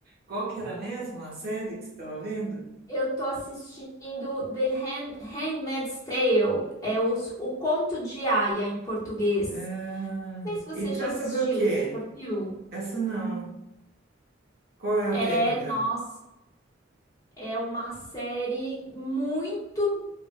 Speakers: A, on the right (about 55°); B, on the left (about 20°).
A: Qual que era mesmo a série que você estava vendo?
B: Eu tô assistindo The Hand, Handmaid's Tale, é o, o Conto de Aia em português.
A: Ah,
B: Não sei se você
A: e trata
B: já assistiu,
A: do quê?
B: você já viu?
A: Essa não. Qual é
B: É,
A: o tema dela?
B: nossa, é uma série muito